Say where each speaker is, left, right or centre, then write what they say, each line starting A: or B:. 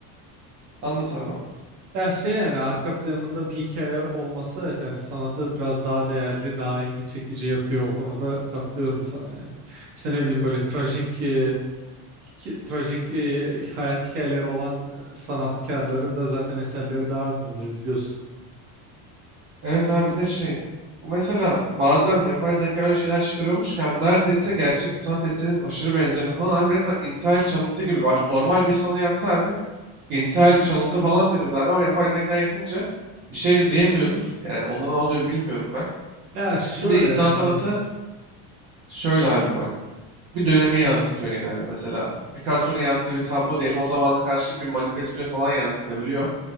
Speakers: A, on the right; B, on the right.
A: anlat abi anlat.
B: Ya şey yani arka planında bir hikaye olması evet yani sanatı biraz daha değerli, daha ilgi çekici yapıyor o konuda katılıyorum sana yani. İşte ne bileyim böyle trajik e, ki- trajik e, hayat hikayeleri olan e, sanatkarların da zaten eserleri daha ünlü oluyor biliyorsun.
A: Evet abi bir de şey o mesela bazen yapay zeka öyle şeyler çıkarıyormuş ki abi neredeyse gerçek bir sanat eserinin aşırı benzerini falan abi resmen intihal çalıntı gibi baş, normal bir insan onu yapsa abi intihal çalıntı falan deriz abi ama yapay zeka yapınca bir şey de diyemiyoruz yani ondan ne oluyor bilmiyorum ben.
B: Ya şöyle
A: Bir de insan sanatı
B: evet
A: şöyle abi bak bir dönemi yansıtıyor genelde mesela Picasso'nun yaptığı bir tablo diyelim o zamanla karşı bir manifestoyu falan yansıtabiliyor.